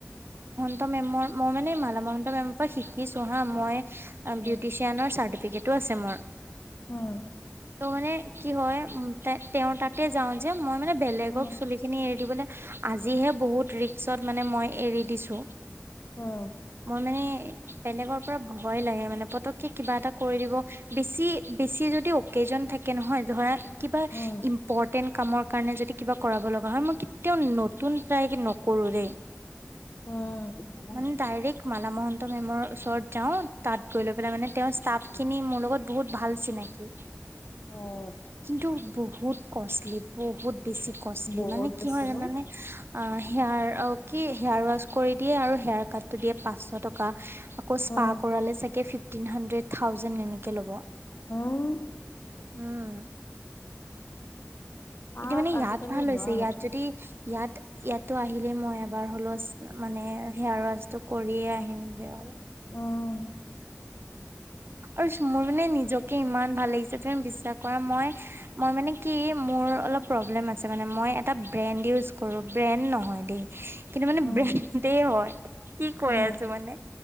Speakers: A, on the right; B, on the left.
A: ত মেমৰ, মই মানে মালা মহন্ত মেমৰ পৰা শিকিছোঁ হা! মই আ
B: উম,
A: বিউটিচিয়ানৰ চাৰ্টিফিকেট তো আছে মোৰ।
B: উম,
A: ত মানে। কি হয়, উ তেওঁৰ তাতে যাও যে, মই মানে বেলেগক
B: উম,
A: চুলিখিনি এৰি দিবলৈ আজিহে বহুত ৰিক্সত মানে মই এৰি দিছো।
B: উম,
A: মই মানে বেলেগৰ পৰা ভয় লাগে মানে, পতককে কিবা এটা কৰি দিব। বেছি বেছি যদি অকে জন থাকে নহয়, ধৰা। কিবা
B: উম,
A: ইম্পৰ্টেন্ট কামৰ কাৰণে যদি কিবা কৰাব লগা হয়, মই কেতিয়াও নতুন প্ৰায় কৰো দেই।
B: উম,
A: মানে ডাইৰেক্ট মালা মহন্ত মেমৰ ওচৰত যাওঁ, তাত গৈ লৈ পেলাই মানে, তেওঁৰ ষ্টাফখিনি মোৰ লগত বহুত ভাল চিনাকি।
B: অ',
A: কিন্তু, বহুত কষ্টলি বহুত। বেছি কষ্টলি
B: বহুত
A: মানে কি
B: বেছি
A: হয় জানানে?
B: ন?
A: হেয়াৰ অ', কি হেয়াৰ ৱাছ কৰি দিয়ে আৰু হেয়াৰ কাটটো দিয়ে পাঁচশ টকা। আকৌ স্পা
B: উম,
A: কৰালে চাগে ফিফতিন হানড্ৰেদ থাউজেণ্ড এনেকে ল'ব।
B: হুম!
A: উম।
B: তাত
A: এতিয়া মানে ইয়াত
B: আজিকালি
A: ভাল হৈছে,
B: লোৱা
A: ইয়াত যদি ইয়াত ইয়াতো আহিলেই মই এবাৰ হ'লেও মানে, হেয়াৰ ৱাছটো কৰিয়ে আহিমগে আৰু।
B: উম,
A: আৰু মোৰ মানে নিজকে ইমান ভাল লাগিছে। তুমি বিশ্বাস কৰা, মই-মই মানে কি, মোৰ অলপ প্ৰব্লেম আছে মানে, মই এটা ব্ৰেণ্ড ইউজ কৰোঁ, ব্ৰেণ্ড নহয় দেই কিন্তু মানে
B: উম,
A: ব্ৰেণ্ডে হয়, কি কৈ
B: উম,
A: আছো মানে!